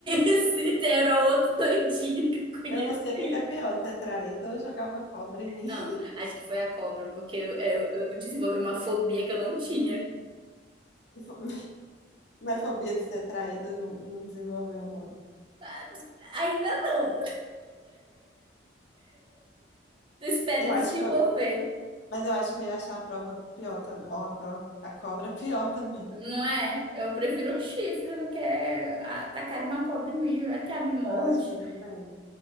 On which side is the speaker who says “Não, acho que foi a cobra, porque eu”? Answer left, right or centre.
Right